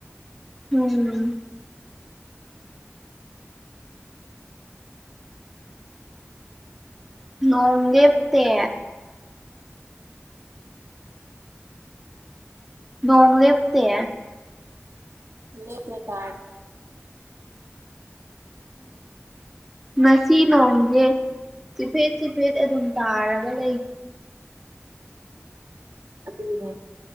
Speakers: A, in the centre; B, on the right (about 75°).
A: ꯎꯝ ꯅꯣꯡ ꯂꯦꯞꯇꯦ ꯅꯣꯡ ꯂꯦꯞꯇꯦ
B: ꯂꯦꯞꯇꯦ ꯇꯥꯔꯤ
A: ꯉꯁꯤ ꯅꯣꯡꯁꯦ ꯆꯤꯐꯦꯠ ꯆꯤꯐꯦꯠ ꯑꯗꯨꯝ ꯇꯥꯔꯒ ꯂꯩ
B: ꯎꯝ ꯑꯗꯨꯅꯦ